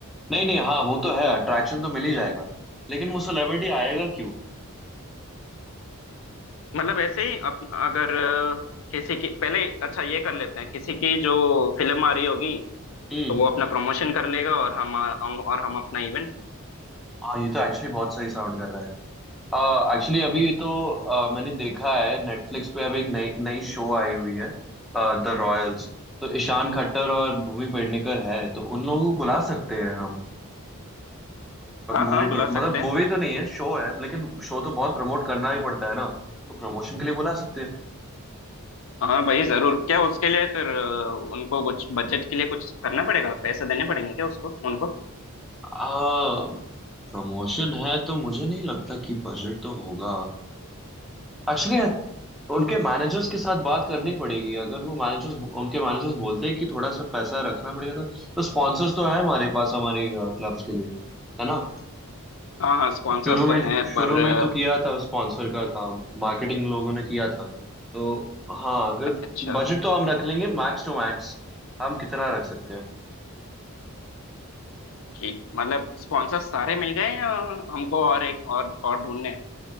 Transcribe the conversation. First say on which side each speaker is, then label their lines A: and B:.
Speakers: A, in the centre; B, on the left.
A: नहीं नहीं हाँ वो तो है अट्रैक्शन तो मिल ही जाएगा लेकिन वो सेलिब्रिटी आएगा क्यों
B: मतलब ऐसे ही अप, अगर अ, किसी की पहले अच्छा ये कर लेते हैं किसी की जो फिल्म आ रही होगी
A: हम्म
B: तो वो अपना प्रमोशन कर लेगा और हम, हम और हम अपना इवेंट
A: हाँ ये तो एक्चुअली बहुत सही साउंड कर रहा है एक्चुअली अभी तो अ, मैंने देखा है नेटफ्लिक्स पे अभी एक नई नई शो आई हुई है The Royals तो ईशान खट्टर और भूमि पेडनेकर है तो उन लोगों को बुला सकते हैं हम
B: हाँ
A: मूवी
B: हाँ
A: मतलब
B: बुला सकते हैं
A: मूवी तो नहीं है शो है लेकिन शो तो बहुत प्रमोट करना ही पड़ता है ना तो प्रमोशन के लिए बुला सकते हैं
B: हाँ भाई जरूर क्या उसके लिए फिर अ, उनको कुछ बजट के लिए कुछ करना पड़ेगा पैसे देने पड़ेंगे क्या उसको उनको
A: आ प्रमोशन है तो मुझे नहीं लगता कि बजट तो होगा एक्चुअली उनके मैनेजर्स के साथ बात करनी पड़ेगी अगर वो मैनेजर्स उनके मैनेजर्स बोलते हैं कि थोड़ा सा पैसा रखना पड़ेगा तो तो स्पॉन्सर्स तो है हमारे पास हमारे क्लब्स के लिए है ना
B: हाँ हाँ स्पॉन्सर्स
A: शुरू में
B: तो हैं
A: शुरू
B: पर अ,
A: में तो किया था स्पॉन्सर का काम मार्केटिंग लोगों ने किया था तो हाँ अगर
B: अच्छा
A: बजट तो हम रख लेंगे मैक्स टू मैक्स हम कितना रख सकते हैं
B: ठीक मतलब स्पॉन्सर्स सारे मिल गए या हमको और एक और और ढूंढने हैं?